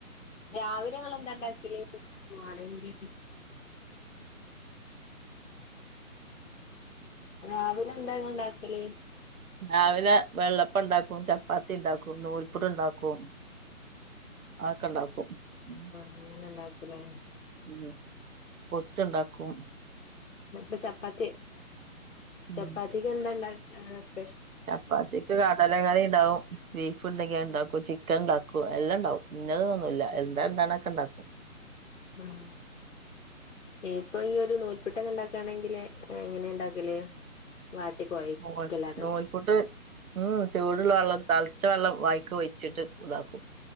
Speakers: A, on the left; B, on the right.
A: രാവിലെ ഇങ്ങള് എന്താണ്ടാക്കല്? <unintelligible> രാവിലെ എന്താ ഇങ്ങള് ഇണ്ടാക്കല്?
B: രാവിലെ വെള്ളപ്പം ഇണ്ടാക്കും ചപ്പാത്തി ഇണ്ടാക്കും നൂൽപ്പുട്ട് ഇണ്ടാക്കും. അഹക്കണ്ടാക്കും ഉം
A: <unintelligible> ഇണ്ടാക്കല്
B: ഉം പുട്ട് ഇണ്ടാക്കും
A: ഇപ്പ ചപ്പാത്തി
B: ഉം
A: ചപ്പാത്തിക്ക് എന്താണ്ടാക്കാസ്?
B: ചപ്പാത്തിക്ക് കടലക്കറി ഇണ്ടാവും ബീഫ് ഇണ്ടെങ്കി അഹ് ഇണ്ടാക്കും ചിക്കൻ ഇണ്ടാക്കും എല്ലാം ഇണ്ടാവും. ഇന്നതൊന്നുല്ല എന്താ ഇണ്ടാവ്ണൊക്കെ ഇണ്ടാക്കും.
A: ആഹ് ഇപ്പ ഈ ഒരു നൂൽപുട്ടൊക്കെ ഇണ്ടാക്കാണെങ്കില് എങ്ങനെ ഇണ്ടാക്കല്? വാട്ടി കൊഴിക്കല്ലാതോ
B: നൂൽ നൂൽപുട്ട് ഉം ചൂടുള്ള വള്ളം തൾച്ച വള്ളം വായിക്കി ഒഴിച്ചിട്ട് ഇതാക്കും